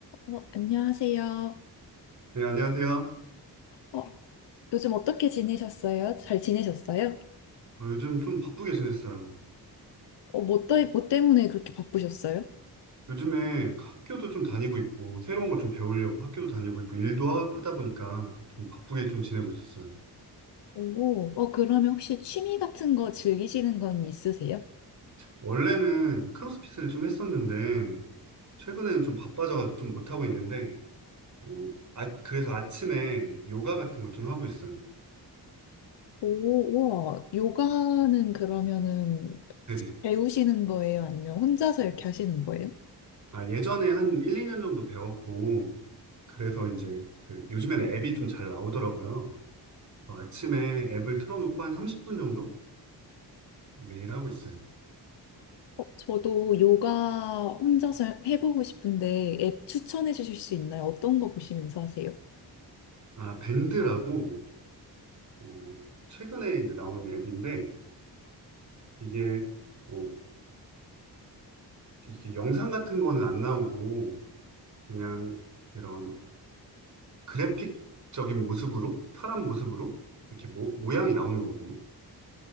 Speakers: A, on the left; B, on the right.
A: 어, 안녕하세요.
B: 네, 안녕하세요.
A: 어, 요즘 어떻게 지내셨어요? 잘 지내셨어요?
B: 어, 요즘 좀 바쁘게 지냈어요.
A: 어, 뭐, 때, 뭐 때문에 그렇게 바쁘셨어요?
B: 요즘에 학교도 좀 다니고 있고, 새로운 걸 좀 배우려고 학교도 다니고 있고, 일도 하, 다 보니까 좀 바쁘게 좀 지내고 있었어요.
A: 오, 어, 그러면 혹시 취미 같은 거 즐기시는 건 있으세요?
B: 원래는 크로스핏을 좀 했었는데, 최근에는 좀 바빠져가지고 좀 못하고 있는데, 어, 아, 그래서 아침에 요가 같은 걸 좀 하고 있어요.
A: 오, 우와. 요가는 그러면은
B: 네네.
A: 배우시는 거예요? 아니면 혼자서 이렇게 하시는 거예요?
B: 아, 예전에 한 1, 2년 정도 배웠고, 그래서 이제 그 요즘에는 앱이 좀 잘 나오더라고요. 어, 아침에 앱을 틀어놓고 한 30분 정도 매일 하고 있어요.
A: 어, 저도 요가 혼자서 해보고 싶은데 앱 추천해 주실 수 있나요? 어떤 거 보시면서 하세요?
B: 아, 밴드라고, 어, 최근에 이제 나온 앱인데, 이게, 뭐, 이렇게 영상 같은 거는 안 나오고, 그냥 그런 그래픽적인 모습으로, 탈한 모습으로, 이렇게 모, 모양이 나오는 거거든요.